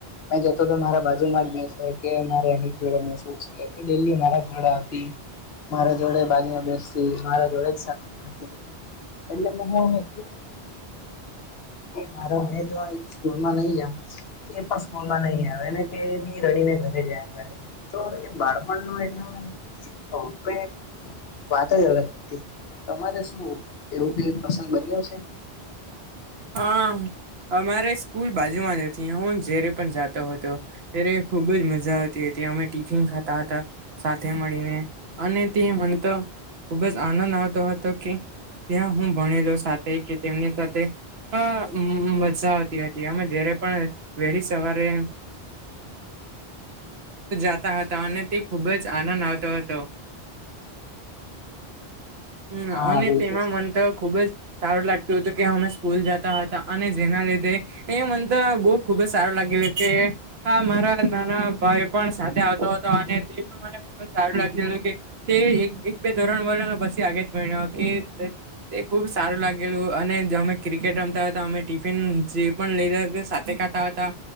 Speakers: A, on the left; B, on the right.
A: મેં જતો તો મારા બાજુમાં જ બેસે કે મારે એની જોડે મેસું છે ડેલી મારા જોડે હતી. મારા જોડે બાજુમાં બેસતી મારા જોડે જતી. એ મોટ <unintelligible> મારો મેં જો સ્કૂલમાં નહી જામ. તે પણ સ્કૂલમાં નહી આવે અને તે બી રણીને ઘરે જયા કરે. તો એ બાળપણ ન એકદમ વાત જ અલગ, તમારે શું એવું કઈ પ્રસંગ બન્યો છે?
B: હા અમારે સ્કૂલ બાજુમાં જ હું રી પણ જાતો હતો. ત્યારે ખુબ જ મજા આવતી હતી અમે ટિફિન ખાતા હતા. સાથે મળીને, અને તે મનેતો ખુબ જ આનંદ આવતો હતો કે ત્યાં હું ભણેલો સાથે કે તેમની સાથે અ મજા આવતી હતી અમે જયારે પણ વહેલી સવારે જાતા હતા અને તે ખુબ જ આનંદ આવતો હતો.
A: <inaudible>
B: હમ
A: હા
B: અને
A: બિલકુલ
B: તેમાં મન તો ખુબ જ સારું લાગતું હતું કે હમે સ્કૂલ જતા હતા અને જેના લીધે, એ મન તો બહ ખુબ જ સારું લાગ કે હા મારા નાના ભાઈ પણ સાથે આવતો હતો અને તે પણ મને ખુબ જ સારું લાગતું હતું કે તે એક એક બે ધોરણ વર પી આગે જ ભણ કે તે ખુબ સારું લાગેલું અને અમે ક્રિકેટ રમતા હતા અમે ટિફિન જે પણ લઈધા સાથે ખાતા હતા.